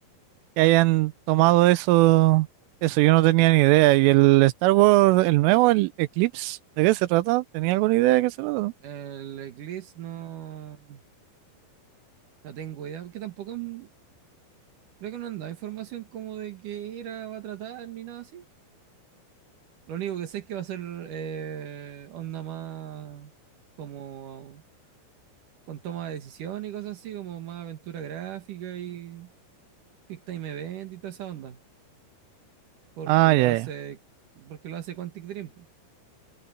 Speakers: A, on the right; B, on the right.
A: que hayan tomado eso, eso yo no tenía ni idea. Y el Star Wars, el nuevo, el Eclipse, ¿de qué se trata? ¿Tenía alguna idea de qué se trata? no?
B: El Eclipse no, no tengo idea, porque tampoco mm, creo que no han dado información como de qué era, va a tratar, ni nada así. Lo único que sé es que va a ser eh, onda más como con toma de decisión y cosas así, como más aventura gráfica y Big Time Event y toda esa onda, porque
A: Ah,
B: lo
A: ya,
B: hace,
A: ya,
B: porque lo hace Quantic Dream, po.